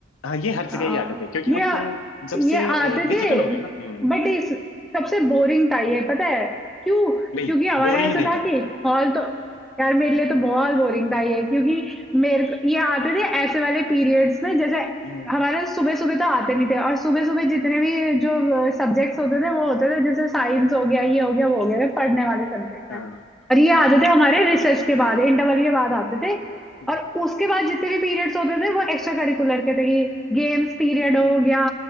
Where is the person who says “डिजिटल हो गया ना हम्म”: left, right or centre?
Left